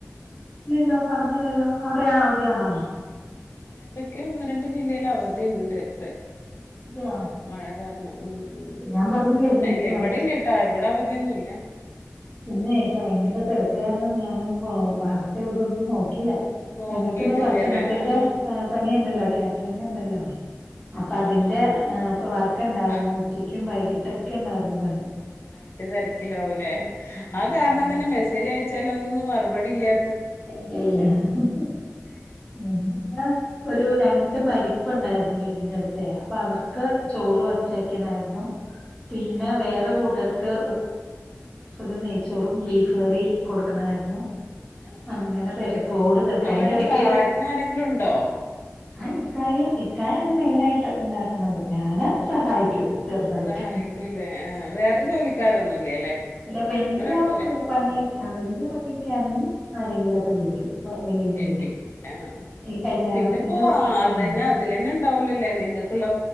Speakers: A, on the left; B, on the left.
A: ഇല്ലല്ലോ പറഞ്ഞില്ലല്ലോ അവിടെയാ അവധിയാണോ?
B: ഏതെക്കെ ഒന്ന് രണ്ട് ജില്ലേൽ അവധിണ്ട് ഇപ്പെ.
A: അതെയോ?
B: മഴ മഴ കാരണം ഉം ഉം
A: ഞാൻ പറഞ്ഞില്ലേ ഇന്ന് എനിക്ക്
B: ഇല്ല ഇവിടെല്ലട്ടാ ഇവിടെ അവധിയൊന്നും ഇല് ല്ലാ
A: ഇന്നെ ഭയങ്കര തെരക്ക്ക്കാരണം ഞാനിപ്പോ വാർത്തെതൊന്നും നോക്ക ക്കില്ല.
B: നോക്കിട്ടില്ലല്ലേ
A: ഞങ്ങക്കിന്ന് ഭക്ഷണത്തിന്റെ
B: ആഹ്
A: എ പണിയിണ്ടല്ലോ കാറ്ററിങ് ഇണ്ടല്ലോ. അപ്പ
B: ആഹ്
A: അതിന്റെ
B: ആഹ് ആഹ്
A: ഏ അപ്പ വർക്ക്ണ്ടായിരുന്നു.
B: ആഹ്
A: ഉച്ചക്കും വൈകിട്ടൊക്കെ
B: ആഹ് ആഹ് ശരി
A: ഇണ്ടായിരുന്നു പണി.
B: അയിന്റെ തിരക്കിലാവൂല്ലേ
A: ഉം
B: ആ കാരണം
A: ഭയ-
B: തന്നെ മെസ്സേജ് അയച്ചാലൊന്നും മറുപടി ഇല്ലാ
A: ഇല്ല, ഇല്ല ഹ് ഹ് ഹ് എന്താ
B: ആഹ്
A: ഒരു രണ്ട് മരി പ്പ്ണ്ടായിരുന്നു വീടിന്റെ അടുതേ അപ്പൊ അവർക്ക് ചോറ് വച്ചക്കാനായിരുന്നു പിന്നെ
B: ആഹ് ആഹ്
A: വേറെ കൂട്ടർ ക്ക് ഒരു നെയ്ച്ചോറും ബീഫ് കറി കൊടുക്കണായിരുന്നു
B: ആഹ്
A: അങ്ങനെ
B: ആഹ്
A: തെരക്കോട് തെരക്ക് അയിന്റെടക്ക്
B: ആരാ സഹായത്തിന് ആരെങ്കിലും ഉണ്ടോ
A: ആ, ഇക്കായ ഇക്കായണ് മെയിനായിട്ട് ഇണ്ട ഞാന് സഹായിക്കും ചെറുതായിട്ട്
B: സഹായിക്കൂല്ലേ ആഹ് വേറെ ജോലിക്കാരൊന്നുംല്ലല്ലേ
A: ല്ല വല്യ
B: നിങ്ങൾ രണ്ടുപേരെ
A: എ പണിയൊ വല്യ പണിയൊക്കാണെങ്കി ആരെങ്കിലൊക്കെ വിളിക്കും ഇപ്പൊ വെളീന്ന് വിളിക്കും
B: ഏൽപ്പിക്കും ലേ അ അ
A: ഈ കല്യാണത്തിന്റെ
B: പിന്നെപ്പോ
A: പണിയൊക്കെയാണെങ്കി
B: അ അതെന്നെ അതിലെന്നെ ണ്ടാവോലൊലേ നിങ്ങ ങ്ങെക്കുള്ള